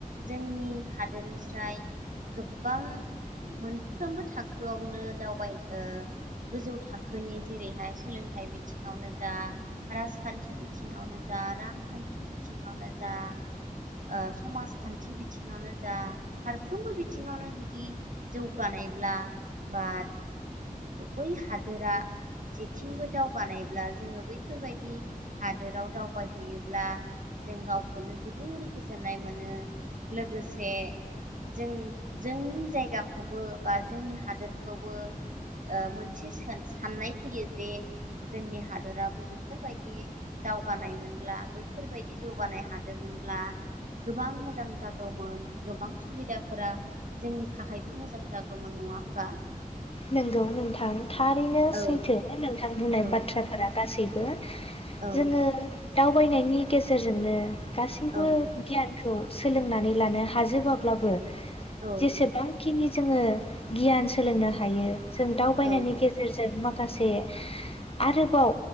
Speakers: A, on the right; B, on the left.
A: जोंनि हादोरनिस्राय गोबां मोनफ्रोमबो था थाखोआवनो दावबाय ओ गोजौ थाखोनि जेरैहाय सोलोंथाइ बिथिङावनो जा राजखान्थि बिथिङावनो जा रांखान्थि बिथिङावनो जा ओ समाजखान्थि बिथिङावनो जा फारफ्रोमबो बिथिङावनो जुदि जौगानायब्ला बा बै हादोरा जेथिंबो दावगानायब्ला जोङो बैफोरबायदि हादोराव दावबायहैयोब्ला जों गावखौनो जोबोर गोजोननाय मोनो लोगोसे जों जोंनि जायगाखौबो बा जोंनि हादोरखौबो ओ मोनसे साननाय फैयो जे जोंनि हादोराबो बेफोरबायदि दावगानायमोनब्ला बैफोरबायदि जौगानाय हादोरमोनब्ला गोबां मोजां जागौमोन गोबां सुबिदाफोरा जोंनि थाखायबो मोजां जागौमोन नङा होमबा
B: नोंगौ नोंथां थारैनो
A: औ
B: सैथो नोंथां बुंनाय
A: औ
B: बाथ्राफोरा गासैबो
A: औ
B: जोङो दावबायनायनि गेजेरजोंनो गासैबो
A: औ
B: गियान खौ सोलोंनानै लानो हाजोबाब्लाबो
A: हायो औ
B: जेसेबां जाखिनि जोङो गियान सोलोंनो हायो जों दावबायनायनि
A: औ
B: गेजेरजों मा माखासे आरोबाव